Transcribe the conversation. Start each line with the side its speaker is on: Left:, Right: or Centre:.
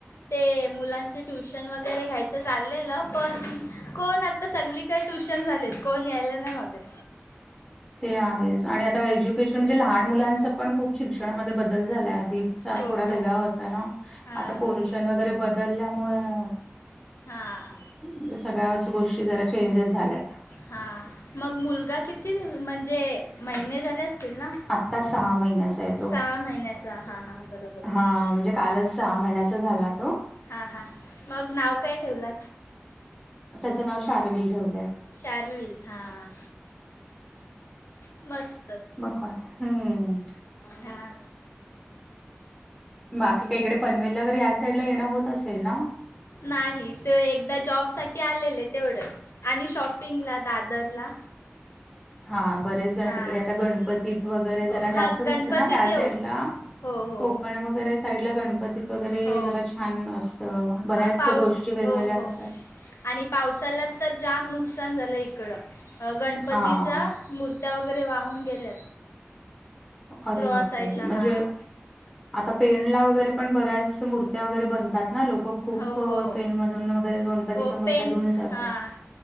Left: ते मुलांचे ट्युशन वगैरे घ्यायचं चाललेलं, पण कोण आता आता सगळीकडे ट्युशन झालेत, कोण यायला नाही बघत.
Centre: ते आहेच आणि आता एज्युकेशन म्हणजे लहान मुलांच पण खूप शिक्षणामध्ये बदल झालाय. आधी सा
Left: हो
Centre: थोडा वेगळा
Left: हो
Centre: होता ना,
Left: हां
Centre: आता पोर्शन वगैरे बदलल्यामुळं
Left: हां
Centre: म्हणजे सगळ्याच गोष्टी जरा चेंजेस झाल्यात.
Left: हा, मग मुलगा किती म्हणजे महिने झाल्यास तेला?
Centre: आत्ता महिन्याचा आहे तो.
Left: सहा महिन्याचा हां हां बरोबर
Centre: हां,
Left: बरोबर.
Centre: म्हणजे कालच सहा महिन्याचा झाला तो
Left: हा हा, मग नाव काय ठेवलात?
Centre: त्याचं नाव शारविल ठेवलंय.
Left: शारविल हा हा. मस्त.
Centre: मग काय? हम्म.
Left: हां
Centre: बाकी काय इकडे पनवेलला वगैरे, या साईड ला येणं होत असेल ना?
Left: नाही ते एकदा जॉबसाठी आलेले तेवढंच आणि शॉपिंगला दादरला.
Centre: हा बरेच जण
Left: हां
Centre: तिकडे आता गणपतीत वगैरे,
Left: हो
Centre: जरा
Left: हां
Centre: जास्तच
Left: गणपतीत
Centre: असतं ना त्या
Left: येऊ
Centre: साईडला.
Left: हो हो
Centre: कोकण वगैरे साईडला, गणपतीत वगैरे
Left: हो
Centre: जरा छान अस हां, बऱ्याच
Left: पाऊस
Centre: गोष्टी वेगवेगळ्या
Left: हो हो
Centre: असतात.
Left: आणि पावसाळ्यात तर जाम नुकसान झालं इकडं, अ गणपतीचा
Centre: हां,
Left: मूर्त्या वगैरे वाहून गेल्यात.
Centre: अरे
Left: रॉ
Centre: बापरे,
Left: साईडला हां
Centre: म्हणजे आता पेनला वगैरे पण बऱ्याच मूर्त्या वगैरे बनतात ना, लोक खूप
Left: हो हो
Centre: पेनमधून वगैरे गणपतीच्या
Left: हो
Centre: मूर्त्या
Left: पेन
Centre: घेऊन जातात.
Left: हां